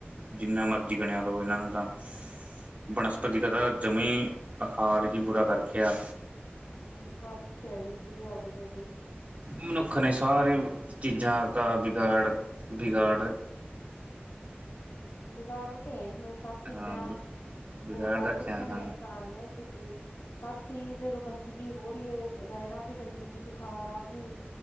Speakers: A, on the right; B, on the left.
A: ਜਿੰਨਾ ਮਰਜ਼ੀ ਸਬਜ਼ੀ ਬਣਾ ਲਓ ਇਹਨਾਂ ਨੂੰ ਤਾਂ, ਬਨਸਪਤੀ
B: ਹਾਂਜੀ
A: ਤਥਾ ਜਮੀਂ, ਹਾਲ ਕੀ ਬੁਰਾ ਕਰ ਰੱਖਿਆ?
B: ਹੂੰ ਕਰ ਰੱਖਿਆ ਈ ਸੀ ਤੁਹਾਡੀ?
A: ਮਨੁੱਖ ਨੇ ਸਾਰੇ ਚੀਜ਼ਾਂ ਦਾ ਵਿਗਾੜ, ਵਿਗਾੜ
B: ਵਿਗਾੜ ਰੱਖਿਆ ਈ ਮੈਂ ਸਭ ਚੀਜ਼ਾਂ
A: ਹਾਂ ਵਿਗਾੜ
B: ਬਹੋ ਕੱਢ
A: ਰੱਖਿਆ
B: ਰੱਖੇ ਨੇ
A: ਹਾਂ।
B: ਇਨਸਾਨ ਨੇ। ਕ ਹਰ ਚੀਜ਼ ਜਦੋਂ ਗੰਦਗੀ ਹੋ ਰਹੀ ਏ, ਰਹਿਣਾ ਵੀ ਗੰਦਗੀ ਚ, ਖਾਣਾ ਵੀ,